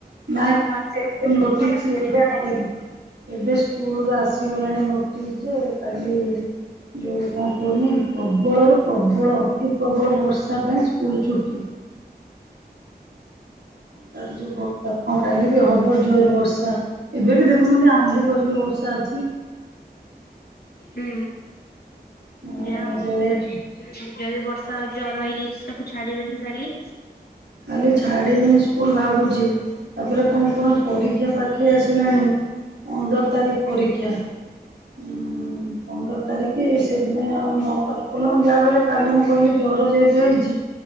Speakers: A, on the right; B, on the left.
A: ନାଇଁ
B: ହ୍ୱାଟସଆପ ଗ୍ରୁପ
A: <unintelligible> ନୋଟିସି
B: ଥିବ ତାପରେ
A: ଏବେ
B: ମେସେଜ
A: <unintelligible>
B: ଆସିବ।
A: ଏବେ ସ୍କୁଲରୁ ଆସିଗଲାଣି ନୋଟିସ୍ ଯେ କାଲି ଯେଉ କଣ କହୁନି ପ୍ରବଳରୁୁ ପ୍ରବଳ ଅତି ପ୍ରବଳ ବର୍ଷା ପାଇଁ ସ୍କୁଲ ଛୁଟି। ତାର ଯୋଉ ବ ହଁ କାଲି ବି ହବ ଜୋରେ ବର୍ଷା ଏବେ ବି ଦେଖୁନାହାଁନ୍ତି ହାଣ୍ଡି କରିକି ବର୍ଷା ଅଛି।
B: ହୁଁ
A: ଆ
B: ଯା ହଉ।
A: ସେ
B: ଯଦି ବର୍ଷା ଆଉ ଜର ହେଇଯାଇଛି ତାକୁ ଛାଡିବେନି କାଲି।
A: କାଲି ଛାଡ଼ିବିନି ସ୍କୁଲ ଭାବୁଛି ତାପରେ କଣ କୁହନି ପରୀକ୍ଷା ପାଖ ଖେଇ ଆସିଲାଣି ପନ୍ଦର ତାରିଖ ପରୀକ୍ଷା ଉଁ। ପନ୍ଦର ତାରିଖି ସେଥିପାଇଁ ଆଉ ନ ପାଠ ପଢ଼ିଲେ ହବନି ଯାହା ବି ହେଲେ କାଲି ମୁଁ କହିଲି ଜର ଯେହେତୁ ହେଇଛି